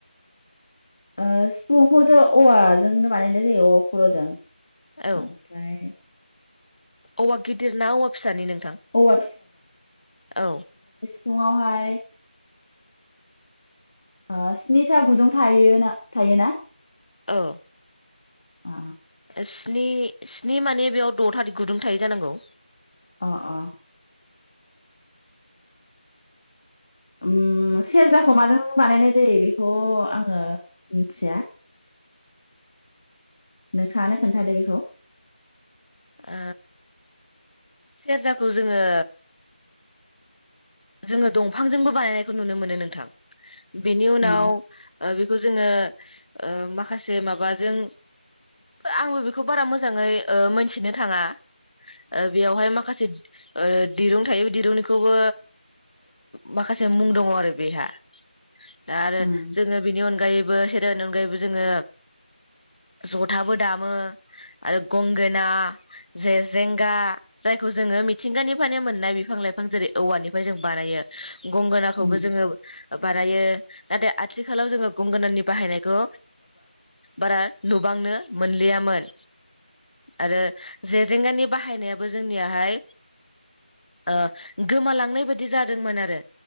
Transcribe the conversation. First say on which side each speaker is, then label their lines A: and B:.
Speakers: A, on the left; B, on the left.
A: ओ सिफुंखौथ' औवाजोंनो बानायनाय जायो औवा खर'जों
B: औ
A: आमफ्राय
B: औवा गिदिर ना औवा फिसानि नोंथां
A: औवा
B: औ
A: नङा हाय। आ स्निथा गुदुं थायो ना थायो ना?
B: औ
A: आ
B: स्नि स्नि माने बेयाव द' थारिख गुदुं थायो जानांगौ
A: अ अ ओम सेरजाखौ माजों बानायनाय जायो बेखौ आङो मिथिया नोंथाङानो खोन्थादो बेखौ।
B: ओ सेरजाखौ जोङो जोङो दंफांजोंबो बानायनायखौ नुनो मोनो नोंथां बेनि उनाव
A: औ उम
B: ओ बेखौ जोङो ओ माखासे माबाजों आंबो बेखौ बारा मोजाङै ओ मोनथिनो थाङा। ओ‌ बेयावहाय माखासे ओ दिरुं थायो बे दिरुंनिखौबो माखासे मुं दङ आरो बेहा दा आरो
A: उम
B: जोङो बेनि अनगायै। सेरनि अनगायैबो जोङो जथाबो दामो आरो गंगोना जेेजेंगा जायखौ जोङो मिथिंगानिफ्रायनो मोननाय बिफां लाइफां जेरै औवानिफ्राय जों बानायो। गंगोनाखौबो
A: उम
B: जोङो बानायो। नाथाय आथिखालाव जोङो गंगोनानि बाहायनायखौ बारा नुबांनो मोनलियामोन आरो जेेजेंगानि बाहायनायाबो जोंनियाहाय ओ। गोमालांनाय बायदि जादोंमोन आरो